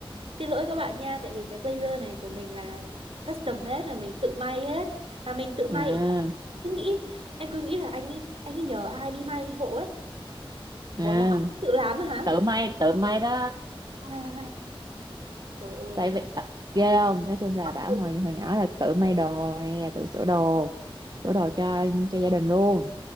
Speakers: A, on the right; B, on the right.
A: xin lỗi các bạn nha tại vì cái blazer này của mình là custom hết là mình tự may hết là mình tự may
B: à
A: cứ nghĩ em cứ nghĩ là anh ấy anh ấy nhờ ai đi may hộ ấy
B: à
A: ủa là ông ấy tự làm á hả
B: tự may tự may đó
A: à, trời ơi
B: tại
A: con
B: vì à, ghê không nói chung là
A: ốc
B: bảo
A: luôn
B: hồi hồi nhỏ là tự may đồ nè tự sửa đồ sửa đồ cho cho gia đình luôn